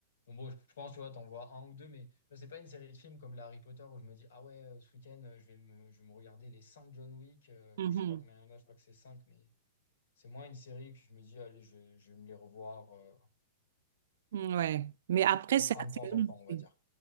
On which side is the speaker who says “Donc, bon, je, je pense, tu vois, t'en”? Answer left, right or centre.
Left